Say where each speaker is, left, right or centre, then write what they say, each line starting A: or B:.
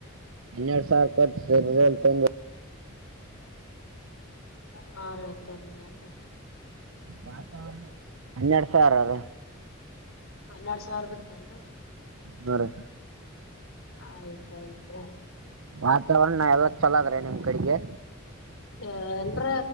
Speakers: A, on the right (about 80°); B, on the left (about 70°).
A: ಹನ್ನೆರಡ್ ಸಾವಿರ ಕೊಟ್ಟು ಸಿರಿದೇವ್ರ್ ತಂದ್
B: ಹಾ ರಿ ತಂದ್ರೆನ್ರಿ
A: ವಾತಾವರಣ ಹನ್ನೆರಡ್ ಸಾವಿರ
B: ಹನ್ನೆರಡ್ ಸಾವಿರ ಬಿತ್ತ ಏನ್ರಿ
A: ಹಾ ರೀ
B: ಆಯ್ತಯ್ತು ರೀ
A: ವಾತಾವರಣ ಎಲ್ಲ ಚೊಲೋದ್ರ ನಿಮ್ ಕಡೆಗೆ
B: ಎಲ್ರ